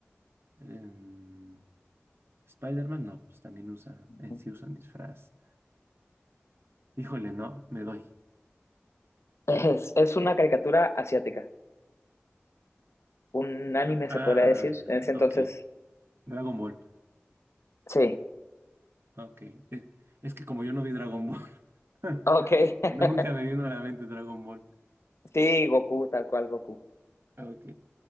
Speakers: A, on the right; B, on the left.
A: em, Spider-Man, no, pues también usa. eh,
B: ujú.
A: sí usan disfraz. Híjole, no, me doy.
B: Es, es una caricatura asiática, un anime
A: Ah,
B: se podría decir,
A: ah,
B: en ese entonces,
A: ok. Dragon Ball.
B: sí,
A: Ok. eh, Es que como yo no vi Dragon Ball, <laughs>
B: ok, <laughs>
A: nunca me vino a la mente Dragon Ball.
B: sí, Goku, tal cual Goku.
A: Ah, Ok.